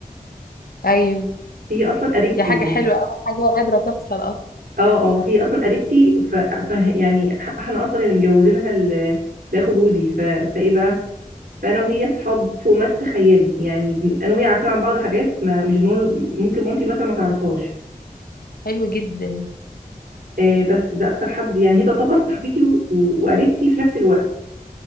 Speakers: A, on the left; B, on the right.
A: ايوه
B: هي اصلا قريبتي
A: دي حاجة
B: يعني.
A: حلوة أوي حاجة نادرة تحصل اصلا
B: اه اه هي اصلا قريبتي ف... ف... يعني ح- احنا اصلا اللي مجوزينها ل... لاخو جوزي ف... فايه بقى فانا وهي اصحاب فوق ما تتخيلي يعني بن- انا وهي عارفين عن بعض حاجات ما مش بنقول ممكن مامتي مثلا ما تعرفهاش
A: حلو جدا
B: آه بس ده اكتر حد يعني هي تعتبر صاحبتي و... و- وقريبتي في نفس الوقت